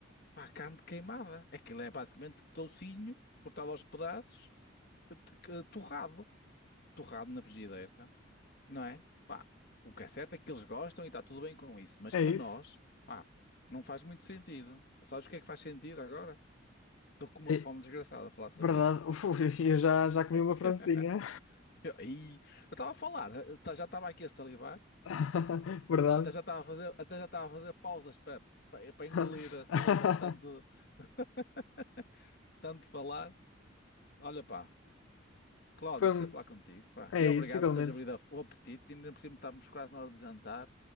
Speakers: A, on the left; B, on the left.
A: Pá, carne queimada. Aquilo é basicamente toucinho, cortado aos pedaços, t- que- torrado. Torrado na frigideira, não é? Pá, o que é certo é que eles gostam e está tudo bem com isso. Mas
B: É
A: para
B: isso.
A: nós, pá, não faz muito sentido. Sabes o que é que faz sentido agora? Estou com uma
B: É,
A: fome desgraçada a falar sobre
B: verdade.
A: isto.
B: <laughs> Uf, eu já, já comi
A: <laughs>
B: uma francesinha.
A: Eu ih, eu estava a falar, eu ta- já estava aqui a salivar,
B: <laughs> Verdade.
A: até já estava a fazer, até já estava a fazer pausas para, para,
B: <laughs>
A: engolir a saliva de tanto, <laughs> tanto falar. Olha, pá. Cláudio,
B: Foi
A: gostei
B: um-
A: de falar contigo, pá.
B: É
A: E obrigado
B: isso, igualmente.
A: por teres abrido o apetite. Ainda por cima estávamos quase na hora de jantar.